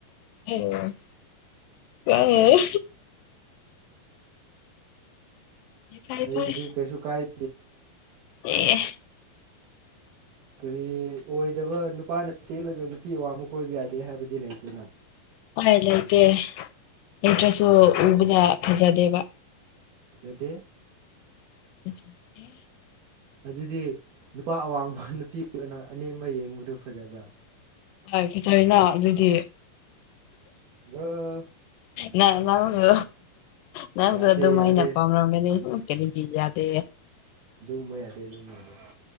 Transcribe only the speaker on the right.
ꯑꯩꯗꯤ
ꯀꯁꯨ ꯀꯥꯏꯦ
ꯀꯔꯤ ꯑꯣꯏꯗꯕ ꯅꯨꯄꯥꯅ ꯇꯦꯜꯂꯒ ꯅꯨꯄꯤ ꯑꯋꯥꯕ ꯀꯣꯏꯕ ꯌꯥꯗꯦ ꯍꯥꯏꯕꯗꯤ ꯂꯩꯇꯦꯅ
ꯆꯗꯤ
ꯑꯗꯨꯗꯤ ꯅꯨꯄꯥ ꯑꯋꯥꯡꯕ ꯅꯨꯄꯤ ꯑꯣꯏꯅ ꯑꯅꯦꯝ ꯑꯃ ꯌꯦꯡꯕꯗꯨ ꯐꯖꯕ꯭ꯔꯥ
ꯕ꯭ꯔꯣ
ꯌꯥꯗꯦ
ꯌꯥꯗꯦ
ꯑꯗꯨꯒꯨꯝꯕ ꯌꯥꯗꯦ ꯑꯗꯨꯝꯕ ꯌꯥꯗꯦ